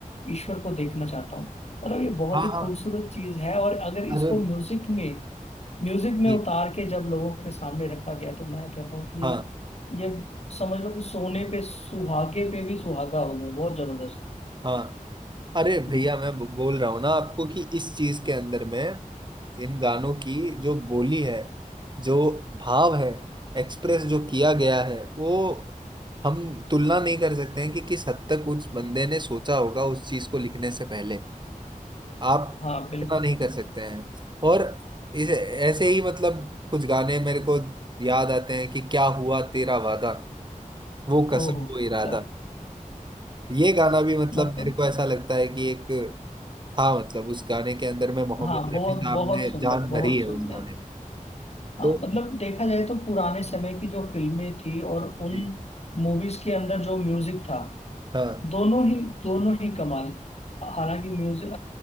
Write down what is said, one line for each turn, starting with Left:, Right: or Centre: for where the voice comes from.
Left: ईश्वर को देखना चाहता हूँ मतलब ये बहुत
Right: हाँ
Left: ही खूबसूरत
Right: हाँ
Left: चीज है और अगर इसको
Right: अरे
Left: म्यूजिक में म्यूजिक में
Right: जी
Left: उतार के जब लोगों के सामने रखा गया तो मैं कहता हूँ कि
Right: हाँ
Left: ये ये समझ लो कि सोने पे सुहागे पे भी सुहागा हो गया बहुत जबरदस्त
Right: हाँ अरे
Left: हम्म,
Right: भैया मैं बो- बोल रहा हूँ ना आपको कि इस चीज के अंदर में इन गानों की जो बोली है जो भाव है एक्सप्रेस जो किया गया है वो हम तुलना नहीं कर सकते हैं कि किस हद तक उस बंदे ने सोचा होगा उस चीज को लिखने से पहले आप
Left: हाँ
Right: तुलना
Left: बिल्कुल
Right: नहीं कर
Left: बिल्कुल
Right: सकते हैं और इस ऐसे ही मतलब कुछ गाने मेरे को याद आते हैं कि क्या हुआ तेरा वादा वो कसम
Left: ओह
Right: वो इरादा
Left: यार
Right: ये गाना भी मतलब
Left: मतलब
Right: मेरे को ऐसा लगता है कि एक था मतलब उस गाने के अंदर में मोहम्मद
Left: हाँ बहुत
Right: रफी साहब
Left: बहुत
Right: ने
Left: सुंदर
Right: जान भरी
Left: बहुत
Right: है
Left: सुंदर
Right: उस गाने में
Left: हाँ
Right: तो
Left: मतलब देखा जाए तो पुराने समय की जो फिल्में थी और उन
Right: जी
Left: मूवीज के अंदर जो म्यूजिक था
Right: हाँ
Left: दोनों ही दोनों ही कमाल हालांकि म्यूजिक